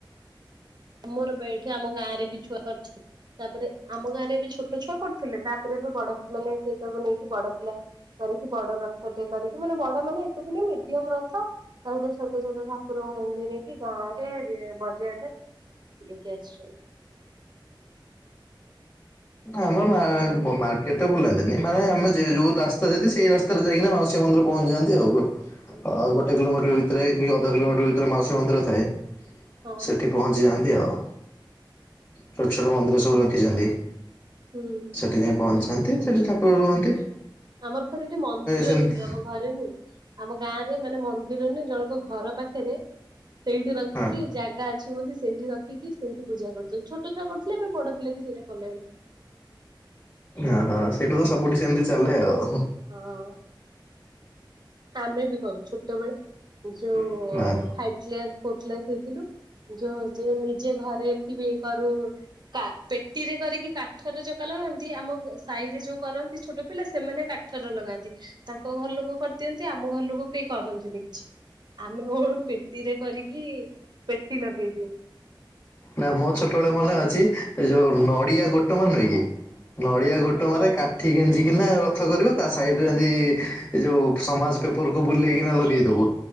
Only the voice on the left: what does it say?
ଆମ ମାର୍କେଟ ତ ବୁଲାନ୍ତିନି ମାନେ ଆମେ ଯୋଉ ରାସ୍ତା ସେ ସେଇ ରାସ୍ତାରେ ଯାଇକି ମାଉସୀ ମନ୍ଦିର ପହଞ୍ଚିଯାଆନ୍ତି ଆଉ ଗୋଟେ କିଲୋମିଟର ଭିତରେ କି ଅଧା କିଲୋମିଟର ଭିତରେ ମାଉସୀ ମନ୍ଦିର ଥାଏ।
ସେଠି ପହଞ୍ଚି ଯାଆନ୍ତି ଆଉ ଛୋଟ ଛୋଟ ମନ୍ଦିର ସବୁ ରଖିଛନ୍ତି।
ସେଠି ଯାଇ ପଞ୍ଚନ୍ତି ସେଠି ଠାକୁର ରୁହନ୍ତି।
ସେମତି
ହଁ
ଓହୋ ସେଇଟା ତ ସବୁଠି ସେମିତି ଚାଲେ ଆଉ।
ହଁ।
ନା ମୋ ଛୋଟବେଳେ ମାନେ ଅଛି ଏ ଯୋଉ ନଡିଆ ଗୋଟେ ମୁଇ କି ନଡିଆ ଗୋଟେ
ମାରେ କାଠି
ଗାଞ୍ଜିିକିନା ରଥ କରିବ ତା ସାଇଡ ଯେମତି ଏ ଯୋଉ ସମାଜ ପେପରକୁ ବୁଲେଇକିନା ଲଗେଇଦବ।